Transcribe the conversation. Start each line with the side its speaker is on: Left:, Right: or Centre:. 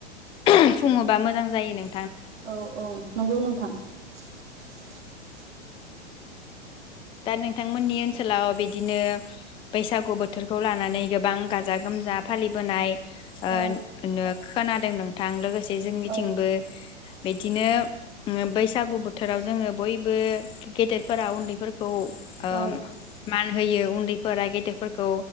Left: <unintelligible> फुङोबा मोजां जायो नों
Right: औ औ नंगौ नोंथां <unintelligible>
Left: दा नोंथांमोननि ओनसोलाव बिदिनो बैसागु बोथोरखौ लानानै गोबां गाजा गोमजा फालिबोनाय ओ
Right: औ
Left: नो खोनादों नोंथां लोगोसे जे जोंनिथिंबो
Right: औ
Left: बिदिनो बैसागु बोथोराव जोङो बयबो गेदेरफोरा उन्दैफोरखौ औ ओ
Right: औ
Left: मान होयो उन्दै फोरा गेदेरफोरखौ